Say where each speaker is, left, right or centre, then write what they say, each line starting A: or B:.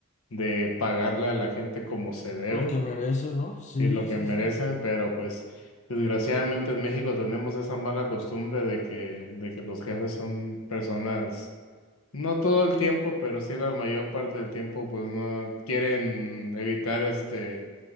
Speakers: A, on the left (about 80°); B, on the left (about 35°).
A: de pagarle a la gente como se debe
B: lo que merece, ¿no? Sí,
A: y lo que
B: sí,
A: merecen,
B: sí.
A: pero pues desgraciadamente en México tenemos esa mala costumbre de que, de que los jefes son personas, no todo el tiempo, pero sí la mayor parte del tiempo, pues no quieren evitar este...